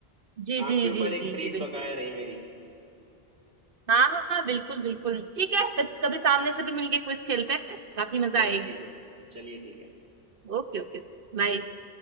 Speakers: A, on the right; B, on the right.
A: जी
B: आपके
A: जी
B: ऊपर
A: जी
B: एक
A: जी
B: ट्रीट
A: जी बिल्कुल
B: बकाया रही मेरी
A: हाँ हाँ हाँ, बिल्कुल बिल्कुल ठीक है कभी कभी सामने से भी मिलके क्विज खेलते हैं काफी मजा
B: चलो
A: आएगी
B: ठीक है चलिए ठीक है
A: Okay okay बाय
B: ओके